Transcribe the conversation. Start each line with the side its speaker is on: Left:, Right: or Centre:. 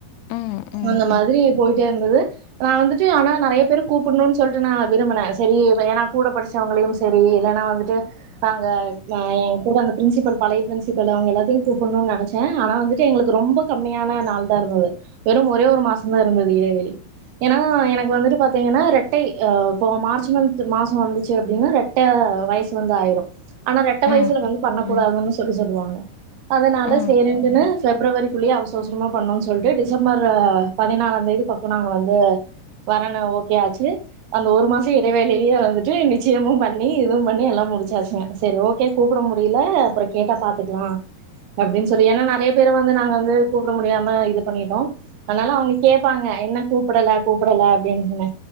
Left: ம், ம்,
Right: அந்த மாரி போய்ட்டே இருந்தது நான் வந்துட்டு ஆனா நறைய பேர் கூப்பிடணும்ன்னு சொல்லிட்டு நான் விரும்புனே சேரி ஏன்னா கூட படிச்சவங்களையும் சேரி இல்லன்னா வந்துட்டு நாங்க நா என் கூட அந்த பிரின்சிபல் பழைய பிரின்சிபல் அவுங்க எல்லாத்தையும் கூப்பண்ணும்னு நினைச்சேன் ஆனா வந்து கே எங்களுக்கு ரொம்ப கம்மியான நாள் தான் இருந்தது வெறும் ஒரே ஒரு மாசோ தான் இருந்தது இடைவேளி ஏன்னா எனக்கு வந்துட்டு பாத்தீங்கன்னா ரெட்டை அ இப்போ மார்ச் வந் மாசம் வந்துச்சு அப்டின்னா ரெட்ட வயசு வந்து ஆய்ரும் ஆனா ரெட்ட
Left: ம்,
Right: வயசுல வந்து
Left: ம்,
Right: பண்ணக்க கூடாதுன்னு சொல்லி சொல்லுவாங்க அதனால
Left: ம்,
Right: சேரிண்டுன்னு
Left: ம்.
Right: பிப்ரவரிக்குள்ளேயே அவசோ அவசரமா பண்ணும்ன்னு சொல்ட்டு டிசம்பர் பதினாறாம் தேதி பக்கம் நாங்க வந்து கல்யாணம் ஓகே ஆச்சு அந்த ஒரு மாசம் இடைவேளிலயே வந்துட்டு நிச்சயமும் பண்ணி இதுவும் பண்ணி எல்லாம் முடிச்சாச்சுங்க சேரி ஓகே கூப்ட முடில அப்பறோ கேட்டா பாத்துக்கலாம் அப்டின்னு சொல்லி ஏன்னா நறைய பேரவந்து நாங்க வந்து கூப்பிட முடியாம இது பண்ணிட்டோம் அதனால அவுங்க கேட்பாங்க என்ன கூப்பிடல கூப்பிடல அப்டின்னு